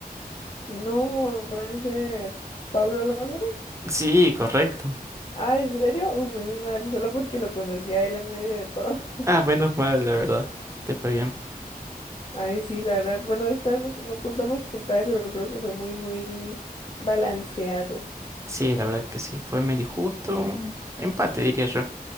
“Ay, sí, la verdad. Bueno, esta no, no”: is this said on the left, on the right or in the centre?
Left